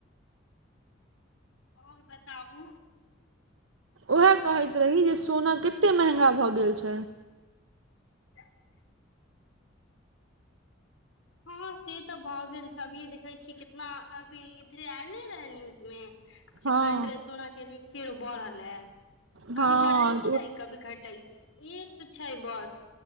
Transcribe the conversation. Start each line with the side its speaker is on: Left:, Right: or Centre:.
Left: आओर बताबु
Right: उएह कहैत रही जे सोना कते महँगा भऽ गेल छै
Left: त <unintelligible> <unintelligible> हँ से तऽ भए गेल छै अभीे देखै छी कितना अभीए इधरे आयले रहे न्यूज मे जे
Right: हँ
Left: खहैत रहे सोना के रेट फेरो बढ़ल हैए
Right: हँ
Left: कभी बढ़ै छै कभी घटै छै ई तऽ छै बस